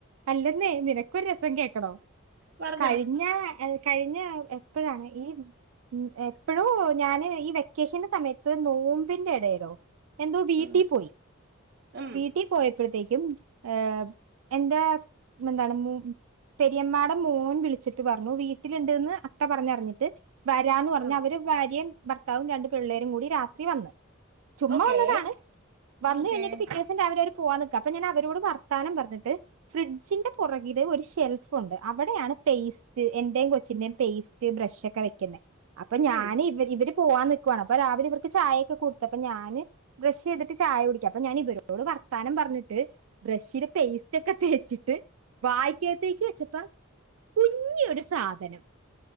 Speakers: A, on the right (about 80°); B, on the right (about 50°).
A: ഇല്ലെന്നേ നിനക് ക്ക് ഒരു രസം കേക്കണോ
B: പറഞ്ഞോ
A: കഴിഞ്ഞ കഴിഞ്ഞ എപ്പോഴാണ് ഈ അപ്പോഴോ ഞാന് ഈ വെക്കേഷന്റെ സമയത്ത് നോമ്പിന്റെ ഇടയിലോ എന്തോ വീട്ടിപ്പോയി
B: ഉം ഉം
A: വീട്ടിപോയപ്പോഴത്തെക്കും ഏ എന്റെ എന്താണ് മു പെരിയമ്മാടെ മോൻ വിളിച്ചിട്ട് പറഞ്ഞു വീട്ടില്ണ്ട്ന്ന് അത്ത പറഞ്ഞു അറിഞ്ഞിട്ട് വരാന്ന് പറഞ്ഞു
B: ഉം
A: അവര് ഭാര്യേം ഭർത്താവും രണ്ട് പിള്ളേരുംകൂടി രാത്രി വന്നു ചുമ്മാ
B: ഓക്കേ
A: വന്നതാണ്. വന്നു
B: ഓക്കേ
A: കയിഞ്ഞുട്ട് പിറ്റേ ദിവസം രാവിലെ ഒരു പോവാൻ നിക്ക അപ്പൊ ഞാൻ അവരോട് വർത്താനം പറഞ്ഞിട്ട് ഫ്രിഡ്ജ് ന്റെ പുറകിലൊരു ഷെൽഫ് ഉണ്ട് അവിടെയാണ് പേസ്റ്റ് എന്റേം കൊച്ചിന്റേം പേസ്റ്റ് ബ്രഷ് ഒക്കെ വെക്കുന്നെ അപ്പൊ ഞാൻ
B: ഉം
A: ഇവര്ഇവര് പോവാൻ നിക് ക്കുവാന് അപ്പൊ രാവിലെ ഇവർക്ക് ചായഒക്കെ കൊടുത്തപ്പൊ ഞാന് ബ്രഷ് ചെയ്തിട്ടി ചായകുടിക്കാ അപ്പൊ ഞാൻ ഇവരോട് വർത്താനം പറഞ്ഞി ട്ട് ബ്രഷില് പേസ്റ്റ് ക്കെ തേച്ചിട്ട് വായിക്കകത്തേക്ക് വെച്ചപ്പോം കുഞ്ഞി ഒരു സാധനം